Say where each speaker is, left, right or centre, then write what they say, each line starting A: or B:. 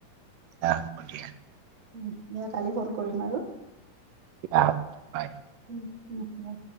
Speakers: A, on the right; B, on the right.
A: অহঁ হব দিয়া
B: উম দিয়া কালি ফোন কৰিম আৰু
A: <unintelligible>
B: উম উম বাই